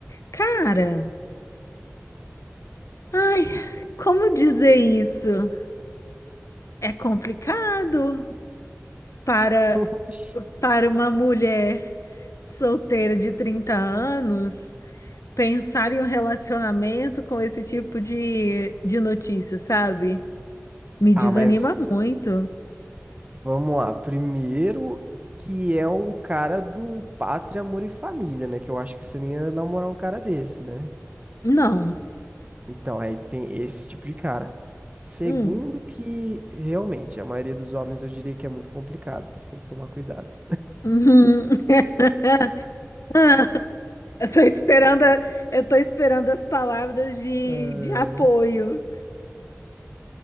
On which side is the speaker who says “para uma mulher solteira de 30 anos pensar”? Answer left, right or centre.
Left